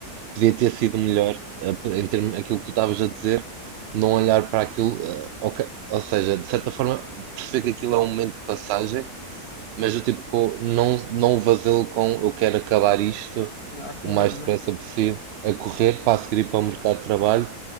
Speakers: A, on the right (about 80°); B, on the left (about 65°).
A: Podia ter sido melhor, eh, p- em termos, aquilo que tu estavas a dizer, não olhar para aquilo. eh, ok, ou seja, de certa forma, perceber que aquilo é um momento de passagem mas eu tipo, não, não vazio com eu quero acabar isto
B: A correr,
A: o mais
B: né?
A: depressa possível, a correr para a seguir ir para o mercado de trabalho